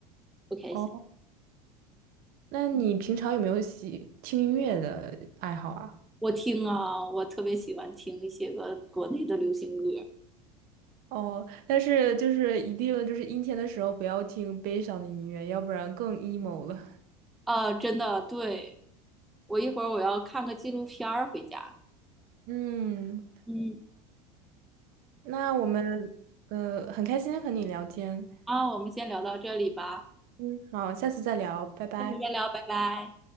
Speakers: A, in the centre; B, on the right (about 50°).
A: 不开心。
B: 哦，那你平常有没有喜听音乐的爱好啊？
A: 我听啊，我特别喜欢听一些个国内的流行歌
B: 哦，但是就是一定就是阴天的时候不要听悲伤的音乐，要不然更 emo 了。
A: 啊，呃真的，对，我一会儿我要看个纪录片儿回家。
B: 嗯，
A: 嗯，
B: 那我们呃很开心和你聊天，
A: 啊，我们先聊到这里吧，
B: 嗯，好，下次再聊，拜拜。
A: 下次再聊，拜拜。